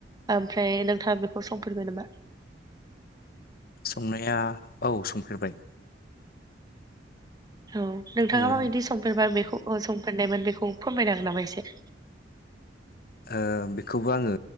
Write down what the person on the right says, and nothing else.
ओमफ्राय नोंथाङा बेखौ संफेरबाय नामा।
औ नोंथाङा
माबायदि संफेरबाय बेखौ संफेरनायमोन बेखौ फोरमायन हांगोन नामा एसे।